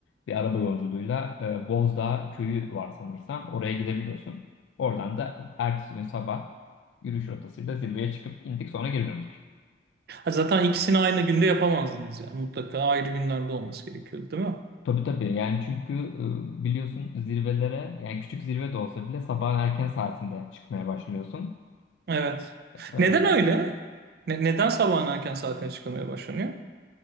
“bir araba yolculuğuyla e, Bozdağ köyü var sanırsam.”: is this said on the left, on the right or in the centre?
Left